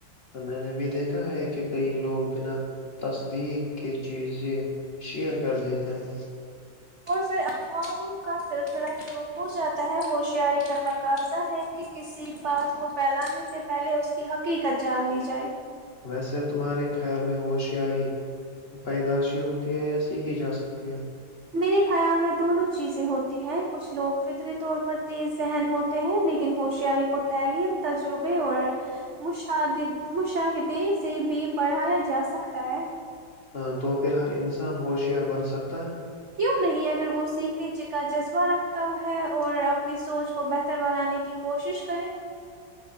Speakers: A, on the left (about 40°); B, on the right (about 80°).
A: میں نے بھی دیکھا ہے کہ کئی لوگ بنا تصدیق کے چیزیں شیئر کر دیتے ہیں
B: سے اقواام کا سلسلہ رح فرو ہو جاتا ہے ہوشیاری کا قت کہا ہے کہ کسی بات کو پھیلانے سے پہلے اس کی حقیقت جان لی جائے
A: ویسے تمہارے خیال میں ہوشیاری پیدائشی ہوتی ہے یا سیکھی جا سکتی ہے
B: میرے خیال میں دونوں چیزیں ہوتی ہیں کچھ لوگ فطری طور پر تیز ذہن ہوتے ہیں لیکن ہوشیاری کو تعلیم تجربے اور مشد مشاہدے سے بھی بڑھایا جا سکتا ہے
A: ہ تو پھر ہر انسان ہوشیار بن سکتا ہے
B: کیوں نہیں اگر وہ سیکھنے کا جذبہ رکھتا تا ہے اور اپنی سوچ کو بہتر بنانے کی کوشش کرے